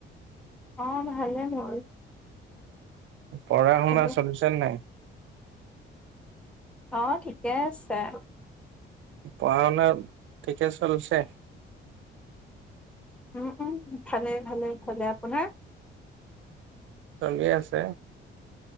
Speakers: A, in the centre; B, on the right.
A: অ ভালে মোৰ।
B: পঢ়া শুনা
A: ভালে
B: চলিছে নাই?
A: অ ঠিকে আছে।
B: পঢ়া শুনা ঠিকে চলিছে?
A: উম উম। ভালে ভালে খলে আপোনাৰ?
B: চলি আছে।